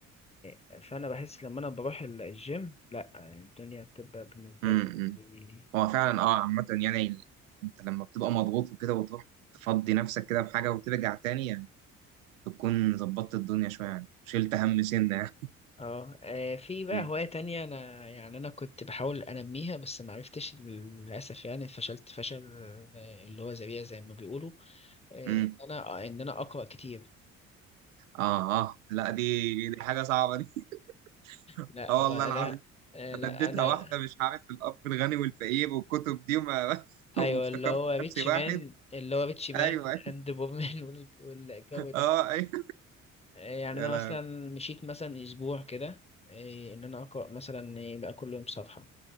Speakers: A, on the left; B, on the right.
A: آه، فانا بحس لما انا بروح ال- الجيم لا آه، الدنيا بتبقى بالنسبة
B: مم،
A: لي
B: مم.
A: يعني
B: هو فعلا اه عامه يعني ال- انت لما بتبقى مضغوط وكده وتروح تفضي نفسك كده بحاجه وترجع تاني يعني بتكون ظبطت الدنيا شويه يعني شلت هم سنه يعني.
A: اه آه، في بقى
B: مم.
A: هواية تانية انا يعني انا كنت بحاول انميها بس ما عرفتش للاسف يعني فشلت فشل آه، اللي هو ذريع زي ما بيقولوا آه،
B: مم.
A: انا آه، ان انا اقرا كتير
B: اه اه لا دي دي حاجه صعبه دي <laughs>
A: لا
B: اه والله
A: آه،
B: العظيم
A: انا آه،
B: انا
A: لا
B: اديتها
A: انا
B: واحده مش عارف الاب الغني والفقير والكتب دي وما <laughs>
A: ايوه
B: وافتكرت
A: اللي هو ريتش
B: نفسي واحد
A: مان اللي هو ريتش مان
B: ايوه أيوة.
A: اند بورمان <laughs> والجو ده
B: اه ايوه
A: آه، يعني
B: يا
A: انا
B: لا
A: مثلا مشيت مثلا اسبوع كده إيه، ان انا اقرا مثلا إيه، بقى كل يوم صفحه